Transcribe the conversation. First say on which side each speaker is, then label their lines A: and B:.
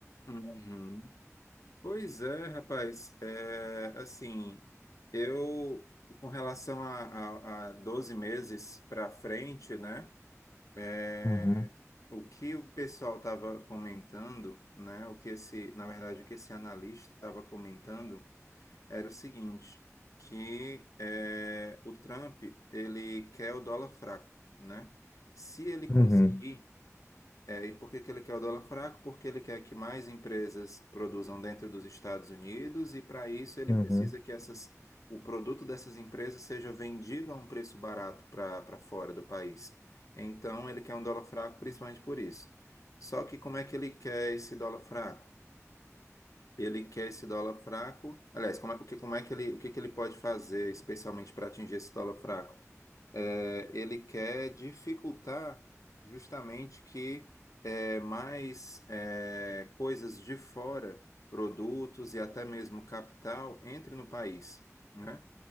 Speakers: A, on the left; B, on the left.
A: Uhum. Pois é, rapaz. É, assim, eu, com relação a, a, a 12 meses para frente, né? é,
B: Uhum,
A: o que o pessoal estava comentando, né? O que esse, na verdade, o que esse analista estava comentando era o seguinte, que é, o Trump, ele quer o dólar fraco, né? Se ele Uhum.
B: Uhum,
A: conseguir, é, E por que que ele quer o dólar fraco? Porque ele quer que mais empresas produzam dentro dos Estados Unidos e para isso ele
B: uhum,
A: precisa que essas, o produto dessas empresas seja vendido a um preço barato para para fora do país. Então ele quer um dólar fraco principalmente por isso. Só que como é que ele quer esse dólar fraco? Ele quer esse dólar fraco. Aliás, como é, o que, como é que ele, o que que ele pode fazer especialmente para atingir esse dólar fraco? é, ele quer dificultar justamente que é, mais é, coisas de fora, produtos e até mesmo capital, entre no país, né?